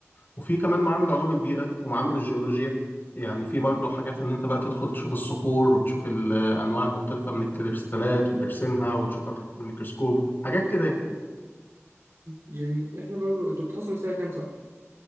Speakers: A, on the left; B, on the right.
A: وفي كمان معامل علوم البيئة ومعامل الجيولوجيا يعني في برضه حاجات ان انت بقى تدخل تشوف الصخور وتشوف الانواع المختلفة من الكريستالات وترسمها وتشوفها تحت الميكروسكوب حاجات كده يعني
B: جميل إحنا برضو أنتوا بتخلصوا من سنة كام صح؟